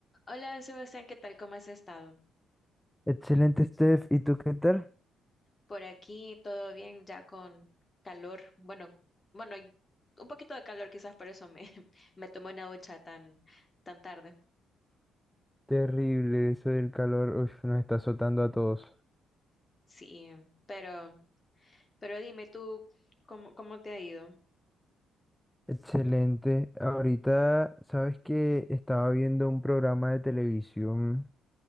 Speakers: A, on the left (about 30°); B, in the centre.
A: Hola Sebastián, ¿qué tal? ¿Cómo has estado?
B: Excelente, Steph. ¿Y tú qué tal?
A: Por aquí todo bien, ya con calor. Bueno, bueno, y un poquito de calor quizás por eso me, <laughs> me tomé una ducha tan, tan tarde.
B: Terrible eso del calor, uf, nos está azotando a todos.
A: Sí, pero, pero dime tú, ¿cómo, cómo te ha ido?
B: Excelente. Ahorita, sabes que estaba viendo un programa de televisión